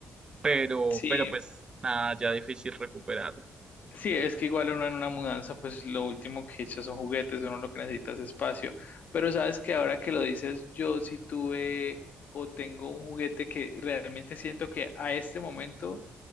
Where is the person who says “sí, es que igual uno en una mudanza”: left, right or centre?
Left